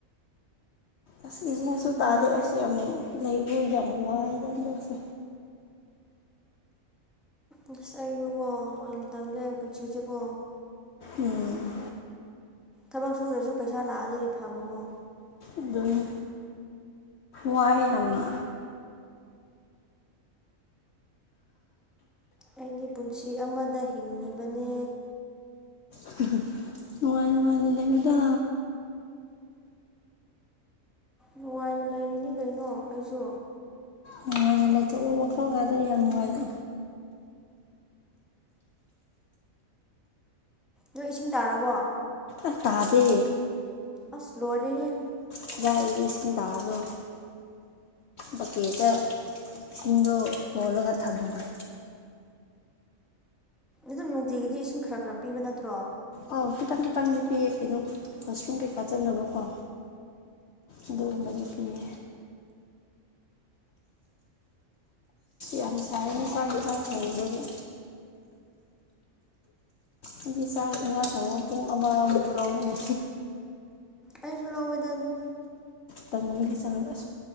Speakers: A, on the left (about 65°); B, in the centre.
A: ꯑꯁ ꯏꯁꯤꯡꯁꯨ
B: ꯈꯪꯗ꯭ꯔꯤꯅꯦ
A: ꯇꯥꯗꯦ ꯑꯁ ꯌꯥꯝ ꯂꯩꯕ ꯌꯥꯝ ꯋꯥꯏꯗ ꯍꯟꯗꯛꯁꯦ
B: ꯑꯁ ꯑꯩꯁꯨꯀꯣ ꯌꯥꯝ ꯇꯜꯂꯦ ꯄꯨꯟꯁꯤꯁꯤꯀꯣ
A: ꯎꯝ
B: ꯊꯕꯛ ꯁꯨꯗ꯭ꯔꯁꯨ ꯄꯩꯁꯥ ꯂꯥꯛꯑꯗꯤ ꯐꯕꯒꯣ
A: ꯑꯗꯨꯅꯤ ꯋꯥꯏ ꯌꯥꯝꯅ
B: ꯑꯩꯗꯤ ꯄꯨꯟꯁꯤ ꯑꯃꯗ ꯍꯤꯡꯉꯤꯕꯅꯦ
A: <unintelligible> ꯅꯨꯡꯉꯥꯏ ꯅꯨꯡꯉꯥꯏꯅ ꯂꯩꯌꯨꯗ
B: ꯅꯨꯡꯉꯥꯏꯅ ꯂꯩꯔꯤꯅꯤ ꯀꯩꯅꯣ ꯑꯩꯁꯨ
A: ꯅꯨꯡꯉꯥꯏꯅ ꯂꯩꯊꯣꯛꯎ ꯋꯥꯈꯜꯒꯗꯣ ꯌꯥꯝ ꯅꯨꯡꯉꯥꯏꯅ
B: ꯅꯣꯏ ꯏꯁꯤꯡ ꯇꯥꯔꯕꯣ
A: ꯑ ꯇꯥꯗꯦ
B: ꯑꯁ ꯂꯣꯏꯔꯦꯍꯦ
A: ꯀꯗꯥꯏꯗꯒꯤ ꯏꯁꯤꯡ ꯇꯥꯕꯅꯣ ꯕꯛꯀꯦꯠꯇ ꯁꯤꯡꯗꯣ ꯍꯣꯜꯂꯒ ꯊꯝꯃꯤꯅꯦ
B: ꯑꯗꯨꯝ ꯅꯨꯡꯇꯤꯒꯤꯗꯤ ꯏꯁꯤꯡ ꯈꯔ ꯈꯔ ꯄꯤꯕ ꯅꯠꯇ꯭ꯔꯣ
A: ꯑꯧ ꯈꯤꯇꯪ ꯈꯤꯇꯪꯗꯤ ꯄꯤꯌꯦ ꯀꯩꯅꯣ ꯋꯥꯁꯔꯨꯝ ꯀꯩꯀꯥ ꯆꯠꯅꯕꯀꯣ ꯑꯗꯨꯒꯨꯝꯕꯒꯤ ꯄꯤꯌꯦ ꯌꯥꯝ ꯁꯥꯏꯌꯦꯅꯦ ꯆꯥꯛ ꯍꯤꯟꯁꯥꯡ ꯊꯣꯡꯉꯨꯕꯒꯤ ꯑꯩꯗꯤ ꯆꯥꯛ ꯏꯉꯥꯡ ꯊꯣꯡꯕ ꯄꯨꯡ ꯑꯃꯃꯨꯛ ꯂꯧꯕꯅꯦ
B: ꯑꯩꯁꯨ ꯂꯧꯋꯦꯗ ꯑꯗꯨꯝ
A: ꯇꯟꯕꯒꯤ ꯆꯥꯡ ꯑꯁ